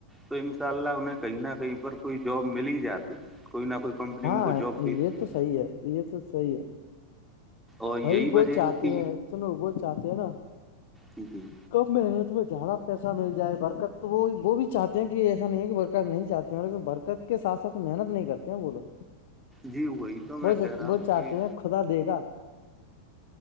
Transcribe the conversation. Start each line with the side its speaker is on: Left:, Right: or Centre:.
Centre: تو انشاء اللہ انہیں- کہیں نہ کہیں پر کوئی جاب مل ہی جاتی- کوئی نہ کوئی کمپنی
Left: ہاں
Centre: ان کو جاب دیتی
Left: یہ تو صحی ہے، یہ تو صحیح ہے-
Centre: اور یہی
Left: بھائی وہ
Centre: وجہ
Left: چاہتے
Centre: ہے
Left: ہیں سنو وہ چاہتے ہیں نا-
Centre: جی- جی
Left: کب محنت میں زیادہ پیسہ مل جائے برکت تو وہ وہ بھی چاہتے ہیں کہ ایسا نہیں ہے کہ برکت نہیں چاہتی- برکت کے ساتھ سات محنت نہیں کرتے ہیں وہ لوگ-
Centre: جی وہی تو میں
Left: وہ
Centre: کہہ رہا
Left: وہ
Centre: ہوں
Left: چاہتے
Centre: کہ-
Left: ہیں خدا دے گا-